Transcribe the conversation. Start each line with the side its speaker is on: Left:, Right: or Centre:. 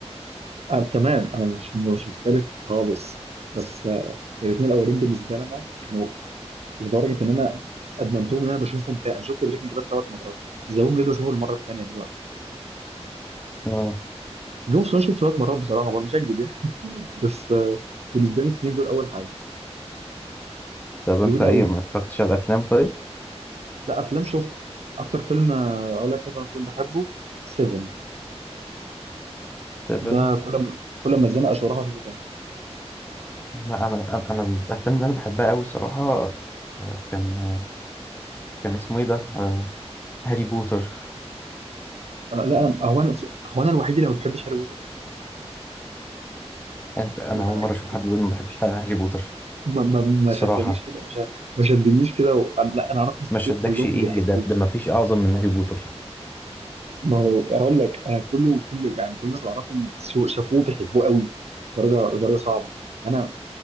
Right: آه تمام انا مش مش مختلف خالص بس آه الاثنين الاولين بالنسبه لنا كانوا لدرجه ان انا ادمنتهم ان انا بشوفهم تاني انا شفت بريكنج باد ثلاث مرات ذا ووكينج ديد بشوفه المره الثانيه دلوقتي
Left: اه
Right: جون سوشو شويه مرات بصراحه برضه مش هكذب يعني <laughs> بس آه، بالنسبه لي الاثنين دول اول حاجه
Left: طب انت
Right: حلوين
Left: ايه
Right: قوي
Left: ما اتفرجتش على الافلام طيب
Right: لا افلام شفت اكتر فيلم آه، اقول لك مثلا فيلم بحبه 7
Left: طب
Right: ده
Left: أنا-
Right: كل ما كل ما اتزنق اشرحه اشوفه تاني
Left: لا انا انا أنا الافلام اللي انا بحبها قوي الصراحه آه، كان كان اسمه ايه ده آه، هاري بوتر
Right: أنا لا انا هو انا هو انا الوحيد اللي ما بحبش هاري بوتر
Left: انت انا
Right: <laughs>
Left: اول مره اشوف حد بيقول ما بحبش هاري بوتر
Right: ما ما ما
Left: الصراحه
Right: شدنيش كده مش ما شدنيش كده و... أنا- لا انا اعرف ناس
Left: ما
Right: كتير
Left: شدكش
Right: كلهم
Left: ايه
Right: بيحبوه
Left: ده ده ما فيش اعظم من هاري بوتر
Right: ما هو اقول لك انا كله كل يعني كل الناس اللي اعرفهم شو- شافوه بيحبوه قوي درجه درجه صعبه انا